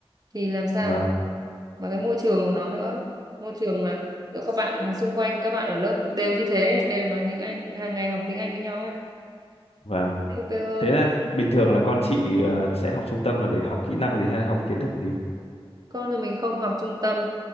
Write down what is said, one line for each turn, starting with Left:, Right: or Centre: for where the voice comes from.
Right: thì làm sao
Left: vâng
Right: mà cái môi trường của nó nữa môi trường là giữa các bạn xung quanh các bạn ở lớp đều như thế đều nói tiếng Anh hàng ngày học tiếng Anh với nhau ấy
Left: vâng
Right: sẽ ok hơn
Left: thế là bình thường là con chị ờ, sẽ học trung tâm là để học kỹ năng gì hay là học kiến thức gì
Right: con nhà mình không học trung tâm